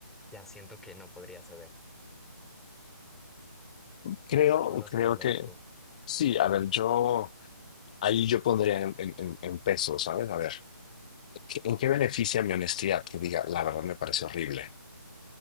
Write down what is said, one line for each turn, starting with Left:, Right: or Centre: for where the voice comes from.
Centre: ya siento que no podría ceder.
Left: Creo,
Centre: O no
Left: creo
Centre: sé cómo lo
Left: que
Centre: ves tú.
Left: sí. A ver, yo ahí yo pondría en, en, en- en pesos, ¿sabes? A ver, ¿qué- ¿en qué beneficia mi honestidad? Que diga, la verdad me parece horrible.